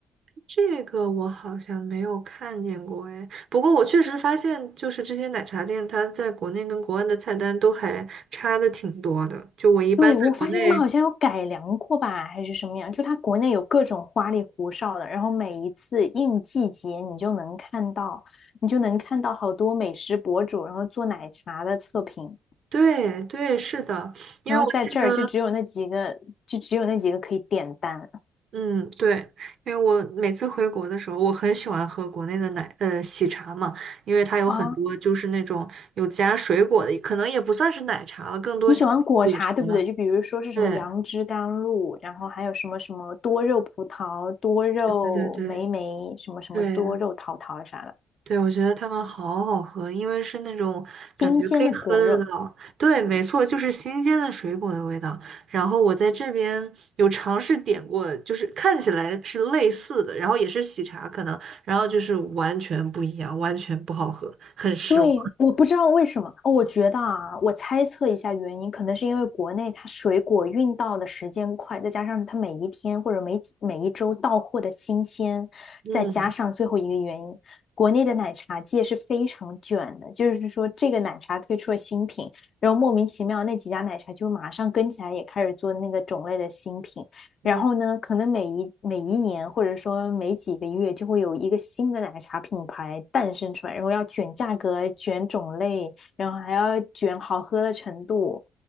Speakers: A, on the right; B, on the left.
A: 这个我好像没有看见过哎，不过我确实发现，就是这些奶茶店，它在国内跟国外的菜单都还差的挺多的。就我一般在国内，
B: 对，我发现他们好像有改良过吧，还是什么样？就它国内有各种花里胡哨的，然后每一次应季节，你就能看到，你就能看到好多美食博主，然后做奶茶的测评，
A: 对对，是的，因为我记得，
B: 然后在这儿就只有那几个，就只有那几个可以点单
A: 嗯，对，因为我每次回国的时候，我很喜欢喝国内的奶，呃，喜茶嘛，因为它有很多就是那种有加水果的，
B: 啊。
A: 可能也不算是奶茶了，更多像果茶。
B: 你喜欢果茶对不对？就比如说是什么杨枝甘露，
A: 对，
B: 然后还有什么什么多肉葡萄、多肉莓莓，
A: 对对对
B: 什么什么多肉桃桃啥的，
A: 对对，我觉得它们好好喝，因为是那种感觉可以喝得到。
B: 新鲜的果肉。
A: 对，没错，就是新鲜的水果的味道。然后我在这边有尝试点过，就是看起来是类似的，然后也是喜茶可能，然后就是完全不一样，完全不好喝，很失望。
B: 对，我不知道为什么，哦，我觉得啊，我猜测一下原因，可能是因为国内它水果运到的时间快，再加上它每一天或者每几每一周到货的新鲜，
A: 嗯
B: 再加上最后一个原因，国内的奶茶界是非常卷的，就是说这个奶茶推出了新品，然后莫名其妙那几家奶茶就马上跟起来，也开始做那个种类的新品，
A: 嗯
B: 然后呢，可能每一每一年，或者说每几个月，就会有一个新的奶茶品牌诞生出来，然后要卷价格、卷种类，然后还要卷好喝的程度，